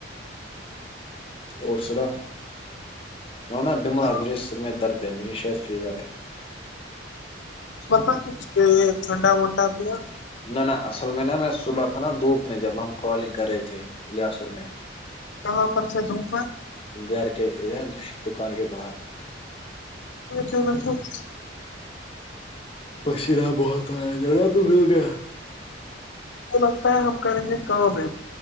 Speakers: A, on the left; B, on the left.
A: اور سنا ن نا بیمار
B: تم
A: مجھے سر میں درد ہے مجھے شاید فیور ہے
B: پت کچھ ٹھنڈا ونڈا پ <unintelligible>
A: نہ نہ اصل میں نا میں صبح تھا نا دھوپ میں جب ہم کالنگ کر رہے تھے الیاس اور میں
B: کہاں پر سے د پر <unintelligible>
A: گھر کے دکان کے باہر
B: ا ہ <unintelligible> <inaudible>
A: پچین بہت آیا ج نا ت مل گیا <unintelligible>
B: لگتا ہے ہم کریں گے کام ہے